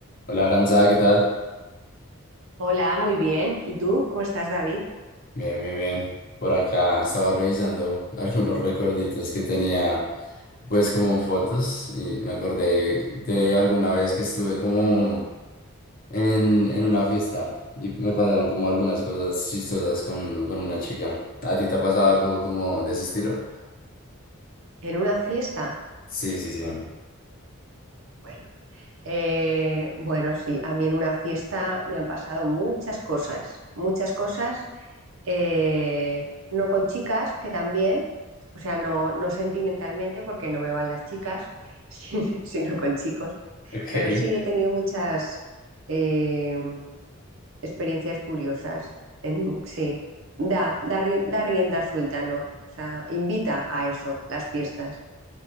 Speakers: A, on the left; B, on the right.
A: Hola Aranza, ¿qué tal?
B: Hola, muy bien. ¿Y tú? ¿Cómo estás, David?
A: Bien, bien, bien. Por acá estaba revisando <laughs> algunos recuerditos que tenía, pues como en fotos, y me acordé de alguna vez que estuve como en, en una fiesta y me pasaron como algunas cosas chistosas con, con una chica. ¿A ti te ha pasado algo como de ese estilo?
B: ¿En una fiesta?
A: Sí, sí, sí. <laughs>
B: Bueno, eh, bueno, sí, a mí en una fiesta me han pasado muchas cosas, muchas cosas, eh, no con chicas, que también, o sea, no, no sentimentalmente, porque no me van las chicas, <laughs> sino sino con chicos,
A: Ok.
B: pero sí he tenido muchas eh, experiencias curiosas. En, sí, da, da, ri- da rienda suelta, ¿no? O sea, invita a eso, las fiestas.